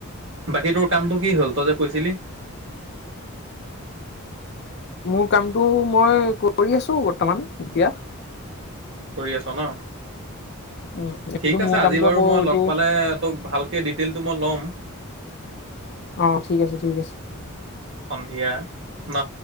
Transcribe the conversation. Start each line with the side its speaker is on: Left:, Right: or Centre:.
Right: বাকী তোৰ কামটো কি হ'ল তই যে কৈছিলি? <inaudible>
Left: মোৰ কামটো মই কৰি আছো বৰ্তমান এতিয়া।
Right: কৰি আছ ন
Left: উম এইটো
Right: ঠিক আছে
Left: মোৰ
Right: আজি
Left: কামটো
Right: বাৰু
Left: আকৌ
Right: মই
Left: এইটো
Right: লগ পালে তোক। ভালকৈ ডিটেইলটো মই ল'ম।
Left: অ ঠিক আছে ঠিক আছে।
Right: সন্ধিয়া ন।